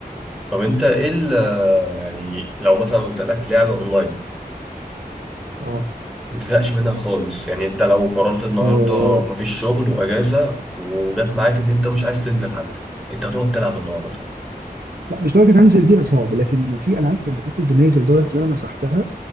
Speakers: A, in the centre; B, on the right.
A: طب انت ايه ال- آه، يعني لو مثلا قلت لك لعبه اونلاين
B: اه
A: ما تزهقش منها خالص يعني انت لو قررت النهارده
B: آه،
A: مفيش شغل واجازه وجت معاك ان انت مش عايز تنزل حتى انت هتقعد تلعب النهارده
B: لا مش درجه هنزل دي لا صعب لكن في العاب كانت بتاكل دماغي لدرجه ان انا مسحتها